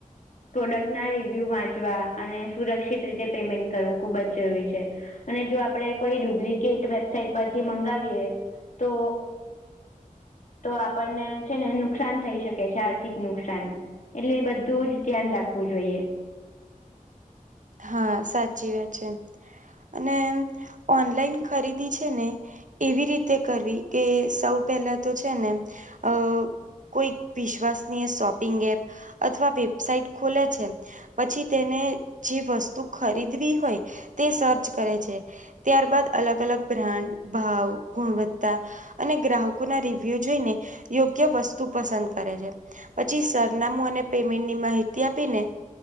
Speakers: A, on the left; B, on the right.
A: પ્રોડક્ટના રિવ્યૂ વાંચવા અને સુરક્ષિત રીતે પેમેન્ટ કરવું ખૂબ જ જરૂરી છે અને જો આપણે કોઈ ડુપ્લિકેટ વેબસાઇટ પરથી મંગાવીએ તો તો આપણને છે ને નુકસાન થઈ શકે છે આર્થિક નુકસાન એટલે બધું જ ધ્યાન રાખવું જોઈએ
B: હા સાચી વાત છે એ અને ઓનલાઈન ખરીદી છે ને એવી રીતે કરવી કે સૌ પહેલા તો છે ને અ કોઈ વિશ્્વાસનીય શોપિંગ એપ અથવા વેબસાઈટ ખોલે છે પછી તેને જે વસ્તુ ખરીદવી હોય તે સર્ચ કરે છે ત્યારબાદ અલગ અલગ બ્રાન્ડ ભાવ ગુણવત્તા અને ગ્રાહકો ના રિવ્યુ જોઈને યોગ્ય વસ્તુ પસંદ કરે છે પછી સરનામું અને પેમેન્ટની માહિતી આપીને